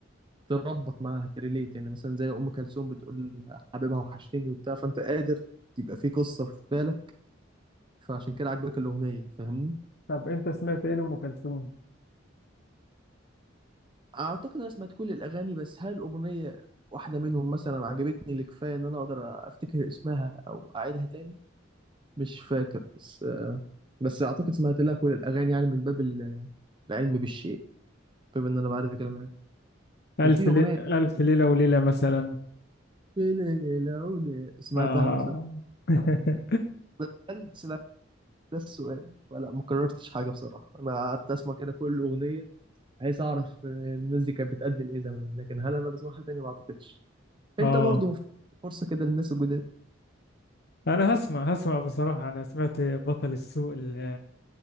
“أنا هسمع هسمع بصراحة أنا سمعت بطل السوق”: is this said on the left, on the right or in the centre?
Left